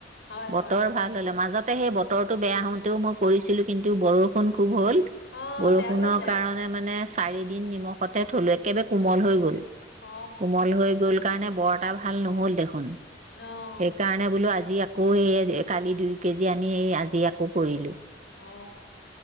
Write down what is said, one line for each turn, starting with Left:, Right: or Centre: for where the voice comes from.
Left: হয়
Right: বতৰ
Left: হয় হয়
Right: ভাল হলে মাজত। সেই বতৰটো বেয়া হওঁতেও মই কৰিছিলো কিন্তু বৰষুণ। খুব হ'ল,
Left: অ'
Right: বৰষুণক
Left: বেয়া হৈ যায়
Right: কাৰণে মানে চাৰি দিন নিমখতে থ'লো একেবাৰে কোমল হৈ গ'ল।
Left: অ'
Right: কোমল হৈ গ'ল কাৰণে বৰ এটা ভাল নহ'ল দেখোন।
Left: অ'
Right: সেইকাৰণে বোলো আজি আজি আকৌ, এই কালি দুই কেজি আনি এই আজি আকৌ কৰিলো।
Left: অ'